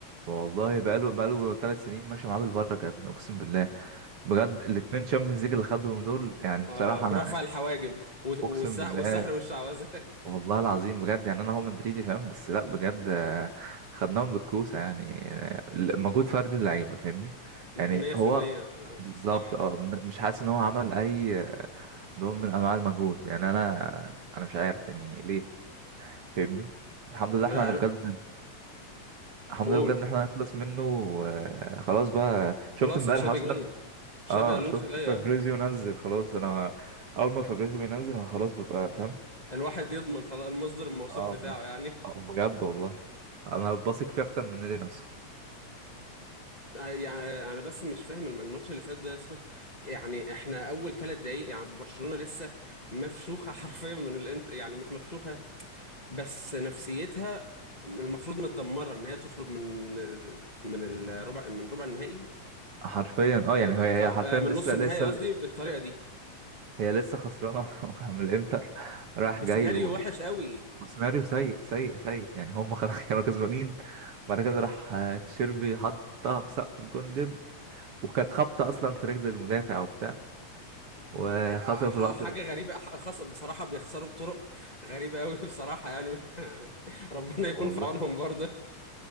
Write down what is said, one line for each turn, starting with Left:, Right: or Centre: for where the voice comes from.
Right: والله بقاله بقاله ثلاث سنين ماشي معاه بالبركة يا ابني أقسم بالله بجد الاتنين شامبيونز ليج اللي خدهم دول
Left: <laughs>
Right: يعني
Left: آه
Right: بصراحة
Left: برفع
Right: أنا
Left: الحواجب و-
Right: أقسم
Left: والسح
Right: بالله
Left: والسحر والشعوذه <laughs>
Right: والله العظيم بجد يعني انا هو مدريدي فاهم بس لا بجد آه، خدناهم بالكوسه يعني آه، مجهود فردي اللعيبه فاهمني
Left: 100%
Right: يعني هو
Left: أنا-
Right: بالظبط
Left: صح
Right: اه م- مش حاسس ان هو عمل اي آه، نوع من انواع المجهود يعني انا انا مش عارف يعني ليه فاهمني الحمد لله احنا
Left: انا أنا-
Right: بجد الحمد
Left: قول
Right: لله بجد ان احنا نخلص منه آه، خلاص بقى شفت
Left: خلاص
Right: امبارح
Left: تشابي
Right: اصلا
Left: جاي تشابي
Right: اه
Left: الونسو
Right: شفت
Left: جاي
Right: فابريزيو
Left: آه.
Right: نزل خلاص انا اول ما فابريزيو بينزل انا خلاص ببقى فاهم
Left: الواحد يضمن خلاص المصدر الموثوق
Right: اه
Left: بتاعه
Right: بجد
Left: يعني
Right: آه، بجد والله انا بثق فيه اكتر من النادي نفسه
Left: آه، يعني انا بس مش فاهم الم- الماتش اللي فات ده يا اسطى يعني احنا اول ثلاث دقايق يعني برشلونه لسه مفشوخه <laughs> حرفيا من الانت يعني مش مفشوخه بس نفسيتها المفروض متدمره ان هي تخرج من من الربع من ربع النهائي
Right: حرفيا اه
Left: ب-
Right: يعني
Left: بالط-
Right: هي هي حرفيا
Left: آه، من
Right: لسه
Left: نص النهائي
Right: لسه
Left: قصدي بالطريقه دي
Right: هي لسه خسرانه <laughs> من الانتر رايح
Left: بسيناريو
Right: جاي ويعني
Left: وحش قوي
Right: وسيناريو سيء سيء سيء يعني هم خلاص <laughs> كانوا كسبانين بعد كده راح آه، تشيربي حطها في سقف الجون دب وكانت خبطه اصلا في رجل المدافع وبتاع وخسروا
Left: آه، ح-
Right: في الوقت
Left: حاجه
Right: ده.
Left: غريبه ح- خاصه بصراحه بيخسروا بطرق غريبه قوي <laughs> بصراحه يعني <laughs> ربنا
Right: والله
Left: يكون في عونهم برضه